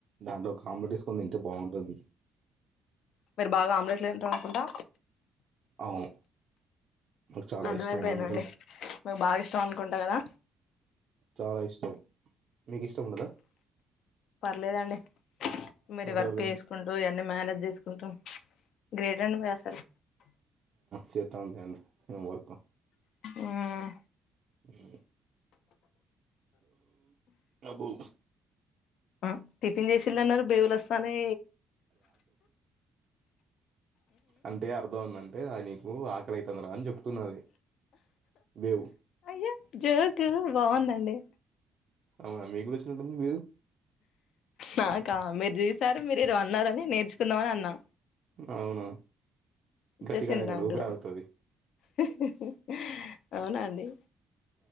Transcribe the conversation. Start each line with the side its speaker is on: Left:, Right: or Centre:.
Right: దాంట్లో ఒక ఆమ్లెట్ వేసుకొని తింటే బాగుంటుంది.
Left: మీరు బాగా ఆమ్లెట్లు తింటారు అనుకుంటా.
Right: అవును నాకు చాలా
Left: అర్థమైపోయినండి
Right: ఇష్టం ఆమ్లెట్ అంటే
Left: మీకు బాగా ఇష్టం అనుకుంటా కదా.
Right: చాలా ఇష్టం. మీకు ఇష్టముండదా.
Left: పర్లేదాండి మరి వర్క్
Right: ఎవరికైనా
Left: చేసుకుంటూ ఇవన్నీ మనేజ్ చేసుకుంటూ గ్రేట్ అండి మీరు అసలు
Right: చేత ఉందండి వర్కు
Left: మ్మ్
Right: మ్ అబో
Left: ఆ టిఫిన్ చేసిన్నారు బేవులుస్తానే
Right: అంతే అర్థం ఉ అంటే ఆ నీకు ఆకలివుతుంది రా అని చెప్తున్నది బేవు
Left: అయ్యో జోకు బాగుందండి
Right: అవునా మీకు వచ్చినట్టుంది బేవు
Left: నాకా మీరు చూసారు మీరు ఇది అన్నారని నేర్చుకుందామని అన్నా.
Right: అవును
Left: వచ్చేసింది
Right: గట్టిగానే కానీ
Left: నాకు
Right: ఊపిరి
Left: కూడా
Right: ఆగుతుంది
Left: హుహుహు అవునా అండి.